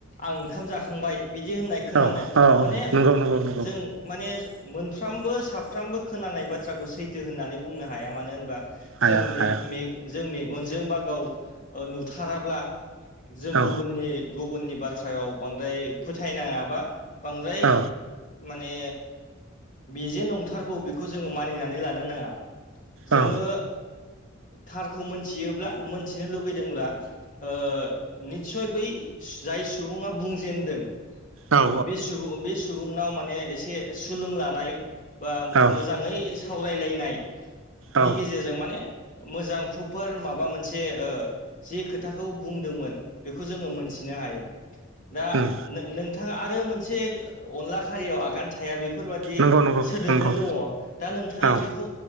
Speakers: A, on the left; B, on the right.
A: आं ओंखाम जाखांबाय बिदि होननाय खोनानो
B: औ औ औ
A: माने
B: नंगौ नंगौ नंगौ।
A: जों माने मोनफ्रोमबो साफ्रोमबो खोनानाय बाथ्राखौ सैथो होननानै बुंनो हाया मानो होनबा
B: हाया
A: जों मे-मे
B: हाया
A: जों मेगनजों बा गाव नुथाराब्ला जों
B: औ
A: गुबुननि गुबुननि बाथ्रायाव बांद्राय फोथायनाङाबा बांद्राय
B: औ
A: माने बे जे नंथारगौ बेखौ जोङो मानिनानै लानो नाङा। जोङो
B: औ
A: थारखौ मोनथियोब्ला मोनथिनो लुगैदोंब्ला ओ निसय बै जाय सुबुङा बुंजेेनदों।
B: औ
A: बे सुबुं बे सुबुंनाव माने एसे सुलुं लानाय बा
B: औ
A: मोजाङै सावरायलायनायनि
B: औ
A: गेजेरजों माने मोजां प्रपार माबा मोनसे ओ जे खोथाखौ बुंदोंमोन। बेखौ जोङो मोनथिनो हायो दा
B: उम
A: नों नोंथाङा आरो मोनसे अनला खारियाव आगान थाया बेफोरबादि
B: नंगौ नंगौ
A: सोदोबबो
B: नंगौ
A: दङ दा नोंथाङा
B: औ
A: बेखौ